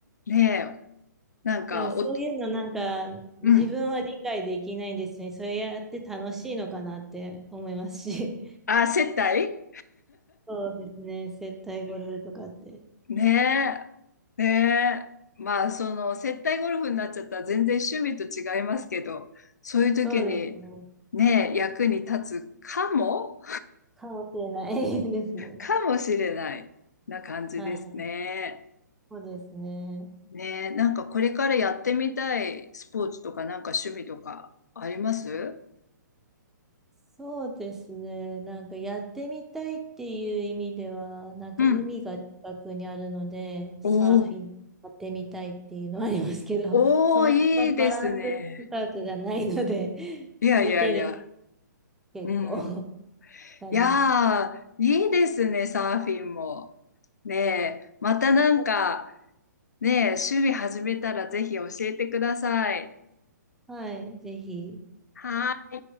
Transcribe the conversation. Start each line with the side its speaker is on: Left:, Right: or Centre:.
Left: ねえ、なんか、
Centre: でもそういうのなんか自分は理解できないんですね。
Left: お、うん。
Centre: それやって楽しいのかなって思いますし。
Left: あ、接待
Centre: そうですね。接待ゴルフとかって。
Left: ねえ、ねえ。まあ、その、接待ゴルフになっちゃったら全然趣味と違いますけど、そういう時に、
Centre: そうですね。
Left: ねえ、役に立つかも
Centre: かもしれない <laughs> ですね。
Left: かもしれないな感じですね。
Centre: はい、そうですね。
Left: ねえ、なんかこれからやってみたいスポーツとかなんか趣味とかあります
Centre: そうですね。なんかやってみたいっていう意味では、なんか海が近くにあるので、
Left: うん。おー
Centre: サーフィンやってみたいっていうのはありますけど、
Left: おー、
Centre: <laughs> そもそもバランス感覚がないので、
Left: いいですね。
Centre: <laughs>
Left: いやいやいや。
Centre: 見てる結構
Left: うん。
Centre: <laughs> 感じです。
Left: いやー、いいですね、サーフィンも。ねえ、またなんか、
Centre: そう
Left: ねえ、趣味始めたらぜひ教えてください。
Centre: はい、ぜひ。
Left: はーい。